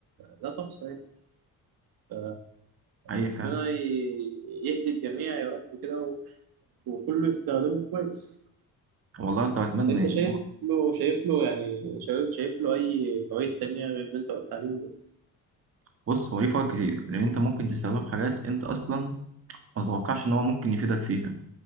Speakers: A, on the right; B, on the right.
A: لا تحصى يعني ف-
B: حقيقي
A: ربنا
B: فاهم
A: ي- يهدي الجميع يا رب كده و- وكله يستخدمه كويس
B: والله يا اسطى اتمنى
A: انت
B: يعني
A: شايف له شايف له يعني شايف شايف له اي فوائد تانية غير اللي انت قلت عليهم دول
B: بص هو ليه فوائد كتير لان انت ممكن تستخدمه في حاجات انت اصلا ما تتوقعش ان هو ممكن يفيدك فيها